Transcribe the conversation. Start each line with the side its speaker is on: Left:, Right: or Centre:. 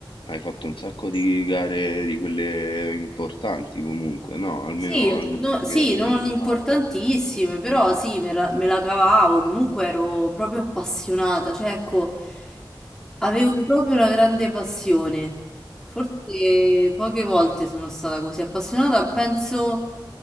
Left: Hai fatto un sacco di gare di quelle importanti comunque, no? Almeno
Centre: Sì,
Left: a
Centre: no-
Left: livello
Centre: sì, non
Left: regionale.
Centre: importantissime, però sì, me la, me la cavavo, comunque ero proprio appassionata, cioè ecco, avevo proprio una grande passione. Forse poche volte sono stata così appassionata, penso